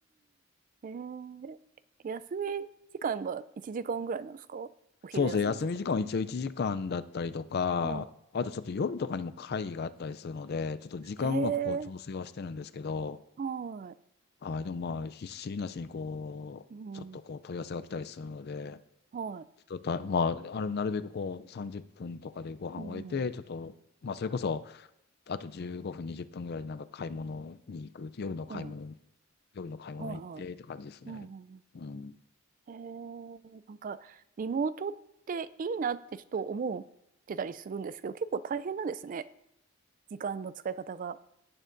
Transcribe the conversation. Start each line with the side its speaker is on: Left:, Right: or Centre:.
Right: えー休み時間は1時間ぐらいなんですかお昼休みとか。
Left: そうですね、休み時間は一応1時間だったりとか、
Right: うん。
Left: あとちょっと夜とかにも会議があったりするので、ちょっと時間をうまくこう調整はしてるんですけど、
Right: へえ、は
Left: はい、でもまあ、ひっしりなしにこう、
Right: い。うん。
Left: ちょっとこう問い合わせが来たりするので、
Right: はい。
Left: ちょっとた、まあ、あのなるべくこう30分とかでご飯を終えて、
Right: うん。うん。
Left: ちょっと、まあ、それこそ、あと15分、20分ぐらいでなんか買い物に行く、夜の買い物に、
Right: うん
Left: 夜の買い物に行ってって感じですね。
Right: はいはい。うんうんうん。
Left: うん。
Right: へえ、なんか、リモートっていいなってちょっと思ってたりするんですけど、結構大変なんですね。時間の使い方が。